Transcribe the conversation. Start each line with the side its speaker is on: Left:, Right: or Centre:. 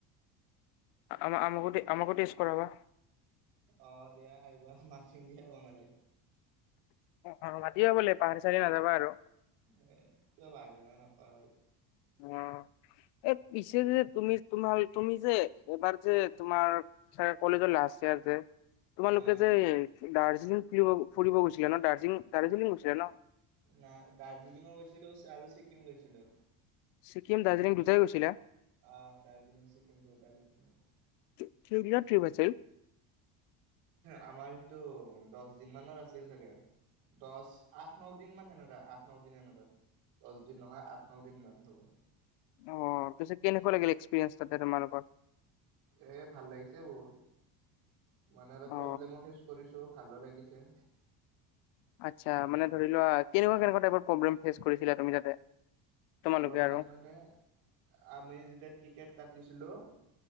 Left: <unintelligible> আমাকো টেষ্ট কৰা।
Right: অ', দিয়া আহিবা, মাতিম দিয়া বনালে।
Left: অ', মাতিবা বোলে, পাহাৰ চাৰি নাযাবা আৰু
Right: <unintelligible> নাপো
Left: অ ', এই পিছে যে, তুমি তোমাৰ তুমি যে, এইবাৰ যে তোমাৰ চাগে কলেজৰ লাষ্ট ইয়াৰছে তোমালোকে
Right: আহ
Left: যে, দাৰ্জিলিং ফ ফুৰিব গৈছিলা ন, দাৰ্জিলিং দাৰ্জিলিং গৈছিলে ন?
Right: ন দাৰ্জিলিঙ গৈছিলো, আৰু ছিকিম গৈছিলো।
Left: ছিকিম, দাৰ্জিলিং দুজাই গৈছিলা?
Right: অ', দাৰ্জিলিং চিকিম <unintelligible>
Left: <unintelligible> ন ঠিক আছে।
Right: আমাৰ সটো দহ দিন, মানৰ আছিল চাগে দহ, আঠ, ন দিন, মান সেনেকা আঠ ন দিন সেনেকা দহ, দিন, নহয়, আঠ ন দিন মান হ'ব।
Left: অ', ত কেনেকুৱা লাগিল, এক্সপিৰিয়েঞ্চ তাতে তোমালোকৰ
Right: এ, ভাল লাগিছে বহুত মানে, অলপ
Left: অ
Right: প্ৰব্লেমো ফেচ কৰিছো, ভালো লাগিছে।
Left: আচ্ছা, মানে, ধৰি লোৱা কেনেকুৱা কেনেকুৱা টাইপ প্ৰব্লেম ফেচ কৰিছিলা তুমি তাতে তোমালোকে
Right: প্ৰব্লেম
Left: আৰু
Right: মানে, আমি যেতিয়া টিকেট কাটিছিলো